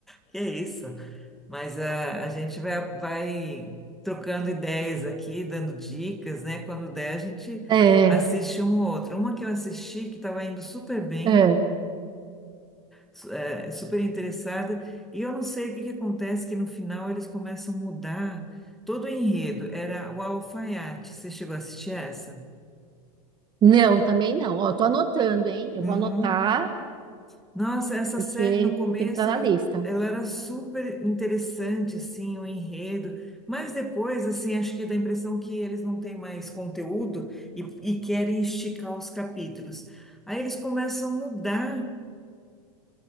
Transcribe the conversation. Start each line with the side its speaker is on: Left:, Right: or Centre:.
Centre: Que é isso. Mas ah, a gente vai, vai trocando ideias aqui, dando dicas, né? Quando der, a gente
Right: É,
Centre: assiste um ou outro. Uma que eu assisti que estava indo super bem,
Right: é.
Centre: su- é, super interessada. E eu não sei o que que acontece, que no final eles começam a mudar todo o enredo. Era o Alfaiate. Você chegou a assistir essa?
Right: Não, também não. Ó, tô anotando, hein? Eu
Centre: Uhum.
Right: vou anotar,
Centre: Nossa, essa
Right: porque
Centre: série no começo
Right: tem que estar na
Centre: ela,
Right: lista.
Centre: ela era super interessante, assim, o enredo, mas depois, assim, acho que dá a impressão que eles não têm mais conteúdo e, e querem esticar os capítulos. Aí eles começam a mudar